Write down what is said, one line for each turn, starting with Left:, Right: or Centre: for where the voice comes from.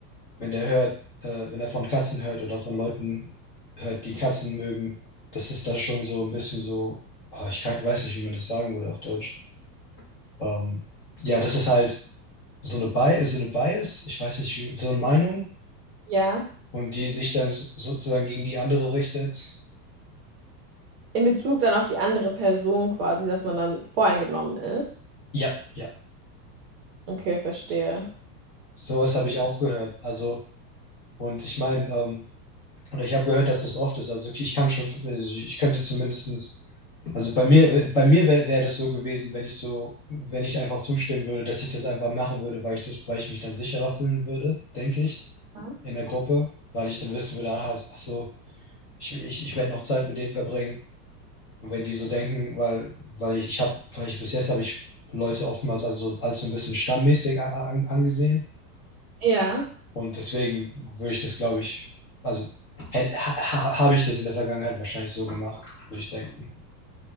Left: wenn der hört, äh, wenn er von Katzen hört oder von Leuten hört, die Katzen mögen, das ist da schon so ein bisschen so, ah, ich kann, weiß nicht, wie man das sagen würde auf Deutsch. Ähm, ja, das ist halt so eine Bi so eine Bias, ich weiß nicht, wie, so eine Meinung
Right: ja.
Left: und die sich dann so- sozusagen gegen die andere richtet.
Right: In Bezug dann auf die andere Person quasi, dass man dann voreingenommen ist.
Left: Ja, ja,
Right: Okay, verstehe.
Left: sowas habe ich auch gehört. Also, und ich meine, ähm, Oder ich habe gehört, dass das oft ist. Also ich kann schon, also ich könnte zumindestens, also bei mir, bei mir wäre wär wär das so gewesen, wenn ich so, wenn ich einfach zustimmen würde, dass ich das einfach machen würde, weil ich das, weil ich mich dann sicherer fühlen würde, denke ich,
Right: Mhm.
Left: in der Gruppe, weil ich dann wissen würde, aha, ach so, ich, ich, ich werde noch Zeit mit denen verbringen. Und wenn die so denken, weil, weil ich, ich habe, weil ich bis jetzt habe ich Leute oftmals also als so ein bisschen stammmäßig a- a- angesehen
Right: Ja,
Left: und deswegen würde ich das, glaube ich, also hätt- ha, habe ich das in der Vergangenheit wahrscheinlich so gemacht, würde ich denken.